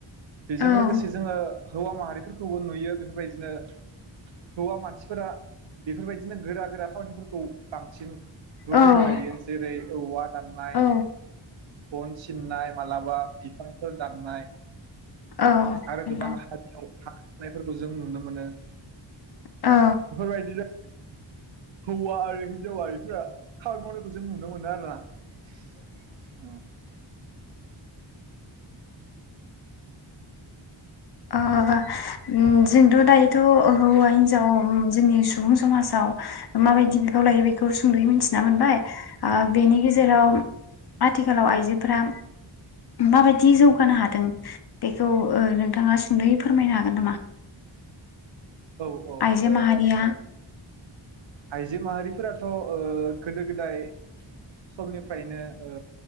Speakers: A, on the right; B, on the left.
A: बेजों
B: औ
A: लोगोसे जोङो हौवा माहारिफोरखौबो नुयो बेफोरबायदिनो हौवा मानसिफोरा बेफोरबायदिनो गोरा गोरा खामानिफोरखौ बांसिन रुजुनो
B: औ
A: हायो जेरै औवा दान्नाय
B: औ
A: बन फिन्नाय मालाबा <unintelligible> दान्नाय
B: औ
A: आरो
B: नंगौ
A: गोबां हारि आवथ नायफोरखौ जों नुनो मोनो
B: औ
A: बेफोरबायदिनो हौवा आरो हिन्जावा माहारिफोरा खामानि मावनायखौ जों नुनो मोनो आरो ना।
B: ओ उम जोंथ' दायोथ' हौवा हिन्जाव जोंनि सुबुं समाजाव माबायदि बिफाव लायो बेखौ सुंद'यै मिथिना मोनबाय ओ बेनि गेजेराव आथिखालाव आइजोफोरा माबायदि जौगानो हादों बे थ' ओ नोंथाङा सुंद'यै फोरमायनो हागोन नामा?
A: औ औ ओ
B: आइजो माहारिया
A: आइजो माहारिफोराथ' ओ गोदो गोदाय समनिफ्रायनो ओ